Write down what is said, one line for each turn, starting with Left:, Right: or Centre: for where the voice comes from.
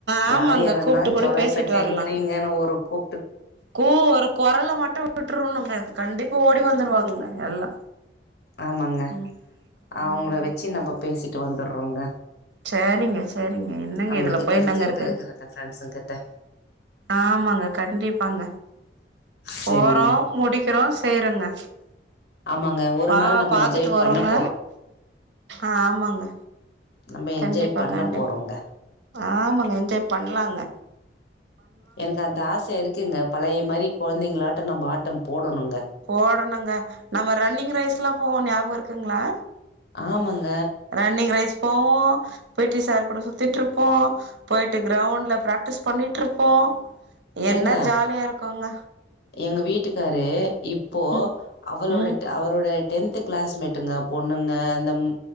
Right: ஆமாங்க
Left: யார் யாரெல்லா
Right: கூப்ட்டு கூட
Left: ஜோலார்
Right: பேசிட்டு
Left: பெட்ல
Right: வரலாங்க
Left: இருக்குறீங்கன்னு ஒரு கூப்
Right: கூ ஒரு கொரல மட்டு விட்ருனுங்க கண்டிப்பா ஓடி வந்துருவாங்குங்க எல்லா
Left: ஆமாங்க
Right: ம்
Left: அவங்கள
Right: ம்
Left: வச்சு நம்ம பேசிட்டு வந்துருறோங்க
Right: சரிங்க சரிங்க என்னங்க
Left: நம்மளுக்கு
Right: இதுல போய்
Left: தெரிஞ்சு
Right: என்னங்க இருக்கு
Left: இப்ப இருக்கற இந்த ஃப்ரெண்ட்ஸங்க கிட்ட
Right: ஆமாங்க கண்டிப்பாங்க
Left: சரிங்க
Right: போறோ முடிக்கிறோ செய்றங்க
Left: ஆமாங்க ஒரு
Right: பா
Left: நாள் நம்ம
Right: பாத்துட்டு
Left: என்ஜாய்
Right: வரோங்க
Left: பண்ண போறோ
Right: ஆ ஆமாங்க
Left: நம்ம
Right: கண்டிப்பா
Left: என்ஜாய் பண்ண
Right: கண்டி
Left: போறோங்க
Right: ஆமாங்க என்ஜாய் பண்ணலாங்க
Left: எனக்கு அது ஆச இருக்குங்க பழைய மாரி குழந்தைங்களாட்ட நம்ம ஆட்ட போடணும்ங்க
Right: போடணுங்க நம்ம ரன்னிங் ரைஸ்ல்லா போவோ ஞாபக இருக்குங்களா
Left: ஆமாங்க
Right: ரன்னிங் ரைஸ் போவோ பிட் டி சார் கூட சுத்திட்ருப்போ போயிட்டு கிரௌண்ட்ல ப்ராக்டிஸ் பண்ணிட்ருப்போ என்ன
Left: ஏங்க
Right: ஜாலியா இருக்கோங்க
Left: எங்க வீட்டுக்காரு இப்போ
Right: ம்
Left: அவளோட
Right: ம்
Left: அவரோட டென்து கிளாஸ்மேட்டுங்க பொண்ணுங்க அந்த ம்